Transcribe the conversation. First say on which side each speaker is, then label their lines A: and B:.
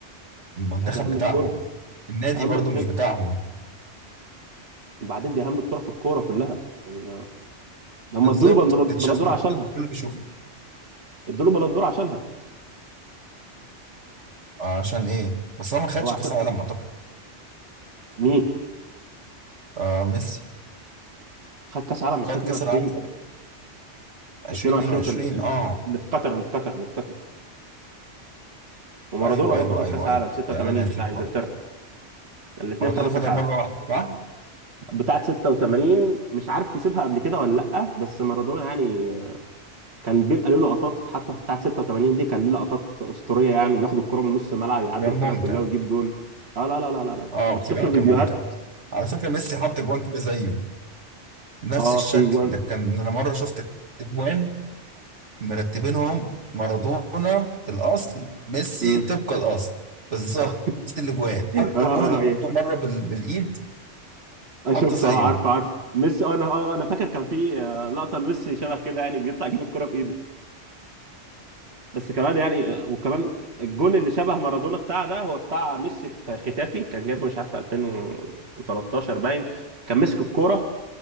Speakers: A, on the right; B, on the right.
A: المنتخب
B: يعني دي اهم
A: بتاعهم
B: بطوله
A: النادي
B: اهم
A: برضو
B: بطوله
A: مش بتاعهم يعني.
B: وبعدين دي اهم بطوله في الكوره كلها يعني ما... هم
A: بالظبط
B: ادوا له بندل-
A: تتشاف
B: بلندور
A: من
B: عشانها
A: الكل بيشوف
B: ادوا له بلندور عشانها
A: عشان ايه بس هو ما خدش
B: هو عشان
A: كأس العالم اعتقد
B: مين
A: آه ميسي
B: خد كاس عالم 2022
A: خد كأس العالم 2022
B: 22 في ال... ال-
A: اه
B: اللي في قطر اللي في قطر اللي في قطر ومارادونا
A: ايوه
B: برضو
A: ايوه
B: خد
A: ايوه
B: كاس عالم
A: ايوه
B: 86
A: لا انا ناسي
B: بتاع انجلترا
A: والله.
B: الاثنين
A: مارادونا
B: خدوا كاس
A: خدها
B: عالم
A: مره واحده صح؟
B: بتاعه 86 مش عارف كسبها قبل كده ولا لا بس مارادونا يعني كان بيبقى له لقطات حتى في بتاعه 86 دي كان ليه لقطات اسطوريه يعني بياخد الكره من نص الملعب يعدي
A: كان
B: الفرقه
A: ممتع
B: كلها ويجيب جون اه لا لا لا لا لا
A: اه
B: بتشوف
A: بصراحه
B: له
A: كان
B: فيديوهات
A: ممتع على فكره ميسي حط جوان كده زيه نفس
B: اه
A: الشكل
B: في جوان
A: ده كان انا مره شفت جوان مرتبينهم مارادونا الاصل ميسي
B: امم
A: طبق الاصل بالظبط
B: <laughs> اه
A: نفس الاجوان حتى
B: آه،
A: الجون اللي حطه مره بال... بالايد
B: آه،
A: حط
B: شفت
A: زيه
B: اه عارف عارف ميسي اه انا اه انا فاكر كان في آه، لقطه لميسي شبه كده يعني بيطلع يجيب الكره بايده بس كمان يعني وكمان الجون اللي شبه مارادونا بتاع ده هو بتاع ميسي في ختافي كان جايبه مش عارف في 2013 باين كان مسك الكوره